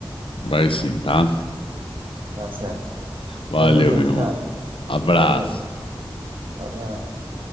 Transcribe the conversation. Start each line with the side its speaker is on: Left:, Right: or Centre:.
Left: Vai sim, tá?
Right: Tá certo.
Left: Valeu,
Right: Tamo junto,
Left: meu irmão.
Right: cara.
Left: Abraço.
Right: Valeu. Abraço.